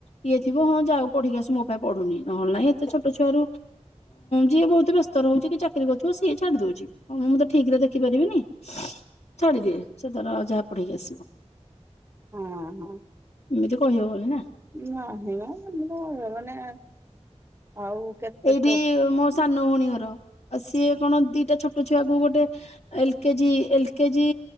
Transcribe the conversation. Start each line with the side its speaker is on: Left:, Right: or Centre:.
Left: ଇଏ ଥିବ ହଁ ଯାଉ ପଢିକି ଆସୁ ମୋ ପାଖରେ ପଢୁନି ନହେଲେ ନାହିଁ ଏତେ ଛୋଟ ଛୁଆ ର ଯିଏ ବହୁତ ବ୍ୟସ୍ତ ରହୁଛି କି ଚାକିରି କରୁଥିବ ସିଏ ଛାଡି ଦଉଛି। ହଁ ମୁଁ ତ ଠିକରେ ଦେଖିପାରିବିନି। ଛାଡିଦିଏ ସେ ତାର ଯାହା ପଢିକି ଆସିବ।
Right: ହଁ ହଁ।
Left: ଏଇ ଯୋଉ କହି ହବନି ନା।
Right: ନାହିଁ ମ ମାନେ ଆଉ କେତେ
Left: ଏଇଠି
Right: କ
Left: ମୋ ସାନ ଭଉଣୀଙ୍କର ଆଉ ସିଏ କଣ ଦିଟା ଛୋଟ ଛୁଆକୁ ଗୋଟେ ଏଲ କେଜି ଏଲ କେଜି